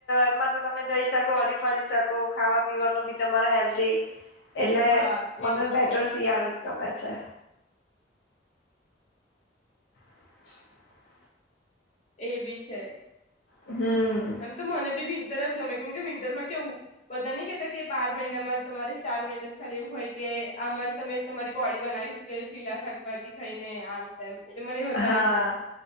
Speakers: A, on the left (about 65°); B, on the left (about 40°).
A: એમાં તો તમે જઈ શકો હરી ફરી શકો ખાવા પીવાનું બી તમારે હેલ્ધ એટલે
B: હા
A: મને
B: એ બી
A: બેટર
B: છે
A: શિયાળ જ ગમે છે. <inaudible>
B: એ બી છે.
A: હમ્મ
B: એમ તો મને બી વિન્ટર જ ગમે કેમ કે વિન્ટર માં કેવુ બધા નહી કતા કે બાર મહિનામાં તમારે ચાર મહિના જ ખાલી એવું હોય કે આમાં તમે તમારી બોડી બનાવી શકો કે લીલા શાકભાજી ખાઈને આમ તેમમ એટલે મને વધારે
A: હા
B: ગમે